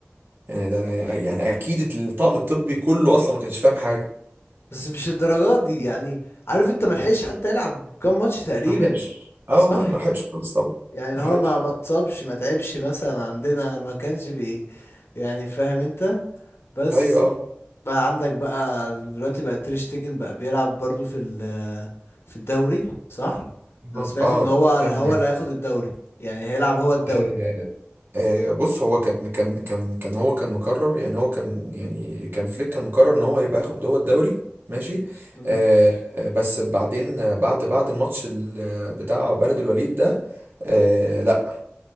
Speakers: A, on the right; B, on the left.
A: يعني ده يعني اكيد الطاقم الطبي كله اصلا ما كانش فاهم حاجه
B: بس مش الدرجات دي يعني عارف انت ملحقش حتى يلعب كام ماتش تقريبا
A: ملحقش اه
B: صح
A: والله ما لحقش خالص طبعا
B: يعني اللي
A: ما لحقش
B: هو ما ما اتصابش ما تعبش مثلا عندنا ما كانش بي يعني فاهم انت بس
A: ايوه اه
B: بقى عندك بقى دلوقتي بقى تير شتيجن بقى بيلعب برضو في ال في الدوري صح انا
A: اه
B: سمعت
A: آه،
B: ان هو هو
A: يا نهار
B: اللي هياخد الدوري يعني هيلعب هو الدوري
A: أبيض. آه آه بص هو كان كان كان كان هو كان مقرر يعني هو كان يعني كان فليك كان مقرر ان هو هيبقى ياخد هو الدوري ماشي
B: امم
A: آه آه، بس بعدين آه، بعد بعد الماتش ال- بتاع بلد الوليد ده آه لا